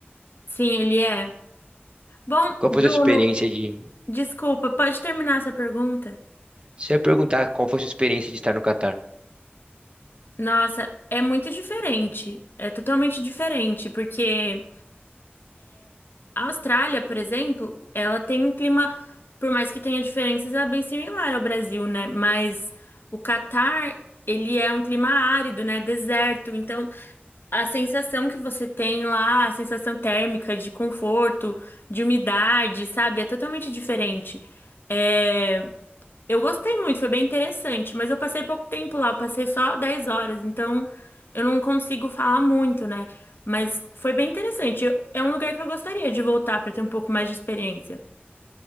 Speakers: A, on the left; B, on the right.
A: Sim, ele é. Bom,
B: Qual foi
A: Bruno,
B: a sua experiência de.
A: desculpa, pode terminar essa pergunta?
B: Se eu perguntar qual foi a sua experiência de estar no Catar.
A: Nossa, é muito diferente. É totalmente diferente, porque A Austrália, por exemplo, ela tem um clima, por mais que tenha diferenças, é bem similar ao Brasil, né? Mas o Catar, ele é um clima árido, né? Deserto. Então, a sensação que você tem lá, a sensação térmica de conforto, de umidade, sabe? É totalmente diferente. É, eu gostei muito, foi bem interessante, mas eu passei pouco tempo lá, eu passei só 10 horas, então eu não consigo falar muito, né? Mas foi bem interessante. eu- É um lugar que eu gostaria de voltar para ter um pouco mais de experiência.